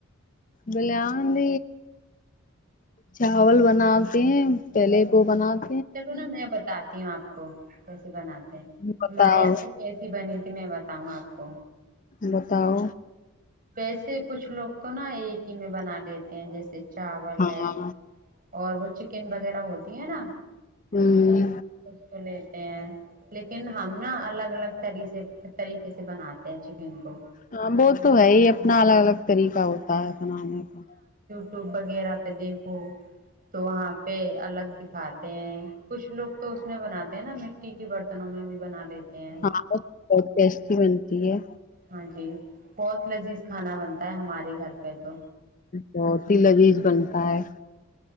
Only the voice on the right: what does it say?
چلو نا میں بتاتی ہوں آپ کو کو کیسیے بناتے ہیں
ہمارے یہاں پہ کیسی بنی ت کت میں بتاؤںا آپ کو
ویسے کچھ لوگ تو نا ایک ہی میں بنا لیتے ہیں جیسے ج چاول
ہے اور وہ چکن وغیرہ ہوتی ہے نا
اس کو لیتے ہیں لیکن ہم نا الگ الگ طری طریقے سے بناتے ہیں چکن کو
ہاں
وب وغیرہ پہ دیکھو تو وہاں پہ الگ دکھاتے ہیں کچھ لوگ تو اس میں بناتے ہیں نا مٹی کے برتنوں میں بھی بنا لیتے ہیں
ہاں جی بہت لذیذ کھانا بنتا ہے ہمارے گھر پہ تو